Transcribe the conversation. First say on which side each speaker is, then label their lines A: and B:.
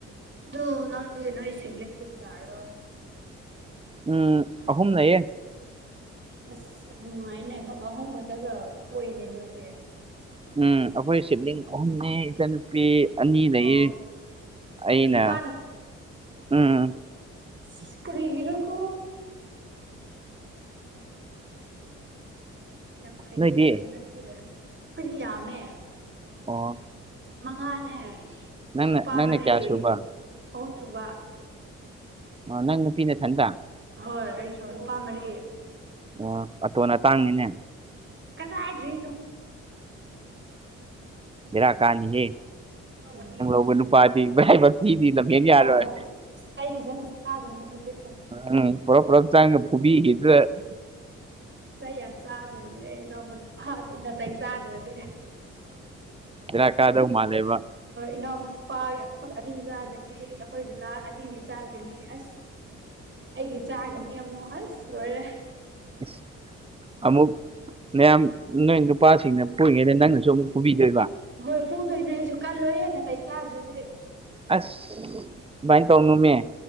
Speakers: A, on the right; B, on the right.
A: ꯑꯗꫭ ꯅꯪꯗꯤ ꯅꯣꯏ ꯁꯤꯕꯤꯂꯤꯡꯗꯣ ꯀꯌꯥꯔꯣ
B: ꯎꯝ ꯑꯍꯨꯝ ꯂꯩꯌꯦ
A: ꯑꯁ ꯌꯥꯝ ꯅꯨꯡꯉꯥꯏꯅꯦ ꯑꯍꯨꯝ ꯈꯛꯇꯒ ꯄꯣꯛꯏꯅꯦ ꯅꯣꯏꯗꯤ
B: ꯎꯝ ꯑꯩꯈꯣꯏ ꯁꯤꯞꯂꯤꯡ ꯑꯍꯨꯝꯅꯦ ꯏꯆꯟ ꯅꯨꯄꯤ ꯑꯅꯤ ꯂꯩ
A: ꯑꯣ
B: ꯑꯩꯅ
A: ꯅꯨꯄꯥ
B: ꯎꯝ
A: ꯏꯁ ꯀꯔꯤꯒꯔꯥ ꯀꯣ ꯌꯥꯝ ꯐꯩꯌꯦ
B: ꯅꯣꯏꯗꯤ
A: ꯅꯪꯗꯤ ꯑꯩꯈꯣꯏꯗꯤ ꯌꯥꯝꯃꯦ
B: ꯑꯣ
A: ꯃꯉꯥꯅꯦ
B: ꯅꯪꯅ
A: ꯅꯨꯨꯄꯥ
B: ꯅꯪꯅ
A: ꯃꯔꯤ
B: ꯀꯌꯥ ꯁꯨꯕ
A: ꯑꯍꯨꯝꯁꯨꯨꯕ
B: ꯑꯣ ꯅꯪ ꯅꯨꯄꯤ ꯅꯊꯟꯇꯥ
A: ꯍꯣꯏ ꯑꯩꯁꯨ ꯅꯨꯄꯥ ꯃꯔꯤ
B: ꯑꯣ ꯑꯇꯣꯟ ꯑꯇꯥꯡꯅꯤꯅꯦ
A: ꯀꯗꯥꯏꯗꯩꯅꯣ
B: ꯕꯦꯔꯥ ꯀꯥꯅꯤ ꯍꯦ
A: <unintelligible>
B: <unintelligible> ꯏꯕꯥꯏ ꯉꯁꯤꯗꯤ ꯂꯝ ꯍꯦꯟ ꯌꯔꯣꯏ
A: ꯑꯣ ꯑꯩ ꯐꯖꯅ ꯆꯥꯗꯣꯏꯅꯦ ꯑꯗꯨꯗꯤ
B: ꯎꯝ ꯄꯨꯔꯞ ꯄꯨꯔꯞ ꯆꯥꯡꯅ ꯐꯨꯕꯤꯒꯤꯗ <inaudible>
A: ꯆꯩꯌꯥꯝ ꯆꯗꯩꯅꯦ ꯑꯩ ꯂꯧꯕ ꯅꯨꯄꯥꯗꯤ ꯅꯇꯩ ꯆꯗ꯭ꯔꯗꯤ
B: ꯕꯦꯕꯥ ꯀꯥꯗꯧ ꯃꯥꯟꯂꯦꯕꯥ
A: ꯏꯅꯥꯎꯅꯨꯄꯥ ꯑꯩꯈꯣꯢ ꯑꯅꯤ ꯆꯥꯒꯅꯤ ꯑꯩꯈꯣꯏ ꯗꯗꯥ ꯑꯅꯤꯒꯤ ꯆꯥꯒꯅꯤ ꯑꯁ ꯑꯩꯒꯤ ꯆꯥꯒꯤꯅꯦ ꯑꯃꯨꯛ ꯑꯁ ꯂꯣꯏꯔꯦ
B: ꯢꯁ ꯑꯃꯨꯛ ꯅꯌꯥꯝ ꯅꯣꯏ ꯅꯨꯄꯥꯁꯤꯡꯅ ꯄꯨꯔꯤꯉꯩꯗ ꯅꯪꯅꯁꯨ ꯑꯃꯨꯛ ꯐꯨꯕꯤꯗꯣꯏꯕ
A: ꯍꯣꯏ ꯐꯨꯗꯣꯏꯅꯦ ꯑꯩꯁꯨ ꯀꯜꯂꯣꯏꯌꯦ ꯅꯇꯩ ꯆꯥꯗ꯭ꯔꯗꯤ
B: ꯑꯁ ꯗꯨꯃꯥꯏꯅ ꯇꯧꯅꯣꯃꯦ